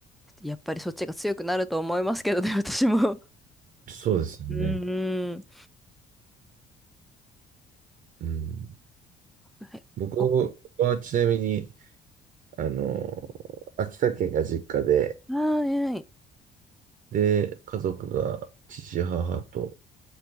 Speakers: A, in the centre; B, on the right.
A: やっぱりそっちが強くなると思いますけどね、私も。
B: そうですよね。
A: うん。
B: うん。
A: はい。
B: 僕はちなみに、
A: ご
B: あの、秋田県が実家で、
A: はい。
B: で、家族が父、母と、